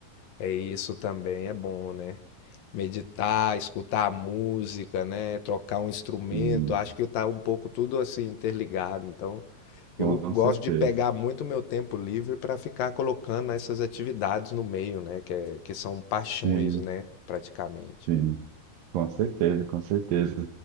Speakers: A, on the left; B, on the right.
A: É isso também é bom, né? Meditar, escutar a música, né? Trocar um instrumento,
B: Sim,
A: acho que tá um pouco tudo assim interligado, então
B: com
A: Eu gosto
B: certeza.
A: de pegar muito meu tempo livre para ficar colocando essas atividades no meio, né? Que, é- que são paixões,
B: Sim.
A: né? Praticamente.
B: Sim, com certeza, com certeza.